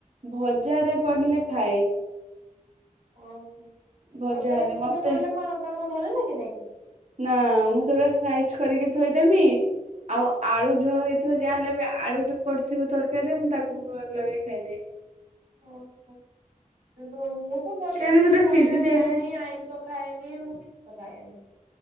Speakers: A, on the right (about 55°); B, on the right (about 85°).
A: ଭଜାରେ ପଡିଲେ ଖାଏ।
B: ଓହୋ ତରକାରୀ
A: ଭଜା ହେଲେ
B: କୋଉଠି
A: ମତେ
B: ପଡିଲେ କଣ ତମକୁ ଭଲ ଲାଗେ ନିକି?
A: ନା ମୁଁ ସେଗୁଡା ସାଇଜ କରିକି ଥୋଇଦେମି ଆଉ ଆଳୁ
B: ଆଚ୍ଛା।
A: ଝୋଳ ହେଇଥିବ ଯାହାହେଲେ ବି ଆଳୁଟେ ପଡିଥିବ ତରକାରୀରେ ମୁଁ ତାକୁ ଭ ଲଗେଇ ଖାଇଦିଏ।
B: ଓହୋ କିନ୍ତୁ ମୁଁ ତ ପରିବା
A: କାହିଁକିନା
B: ମୁଁ
A: ସେଟା
B: ପରିବା
A: ସିଝି ଯାଇଥାଏ
B: ଖାଏନି ଆଇଁଷ ଖାାଏନି ମୁଁ କିିଛି ତ ଖାଏନି।